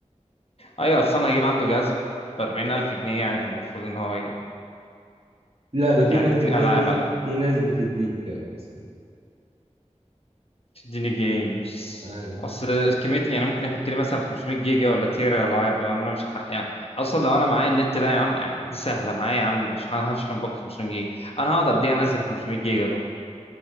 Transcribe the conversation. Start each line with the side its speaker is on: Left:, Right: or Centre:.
Left: ايوه اصل انا هجيب عنده جهاز ب 40000 جنيه يعني فالمفروض ان هو ي-
Right: لا لا في
Left: يعني
Right: ناس
Left: يديني
Right: بتديك
Left: العاب على الاقل
Right: في ناس بتديك آه، اسمه
Left: تديني جيمز
Right: إيه؟ أيوه.
Left: اصل كميه يعني ممكن يحط لي مثلا 500 جيجا ولا تيرا العاب انا مش هح... يعني اصلا لو انا معايا النت ده يا عم يعني دي سهله معايا يا عم مش هن- هشحن باقي 500 جيجا انا هقعد قد ايه انزل 500 جيجا دول